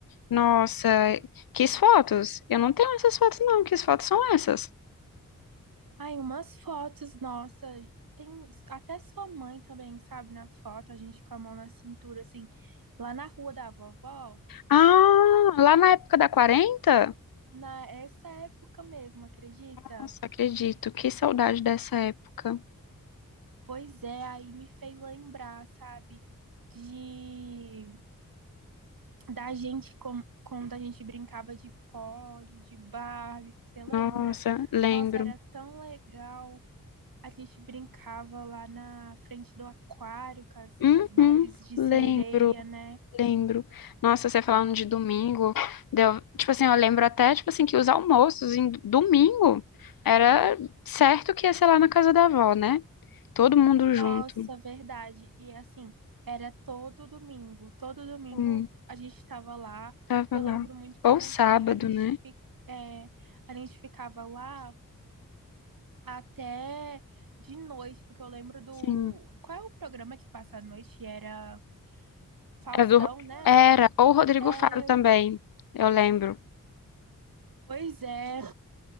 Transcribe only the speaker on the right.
Ai, umas fotos, nossa, tem até sua mãe também, sabe, na foto, a gente com a mão na cintura, assim, lá na rua da vovó,
na essa época mesmo, acredita?
Pois é, aí me fez lembrar, sabe, de da gente, com, quando a gente brincava de Polly, de Barbie, você lembra?
Nossa, era tão legal. A gente brincava lá na frente do aquário com as,
com as Barbies de
sereia, né?
Nossa,
verdade. E assim, era todo domingo. Todo domingo
a gente estava lá.
Eu
lembro muito também
que a gente,
fi- é, a gente ficava lá até de noite, porque eu lembro do.
Qual é o programa que passa à noite? Era Faustão,
né?
É,
pois é.